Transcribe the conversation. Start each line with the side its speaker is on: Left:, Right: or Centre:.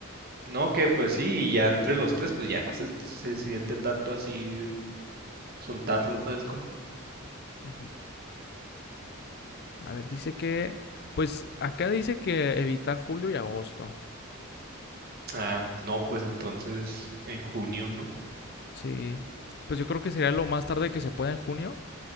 Right: no, que pues sí, y ya entre los tres, pues ya no se, se siente tanto así soltarlo, ¿sabes cómo?
Left: Ujú. A ver, dice que, pues acá dice que evitar julio y agosto.
Right: Ah, no, pues entonces en junio, ¿no?
Left: Sí. Pues yo creo que sería lo más tarde que se pueda en junio.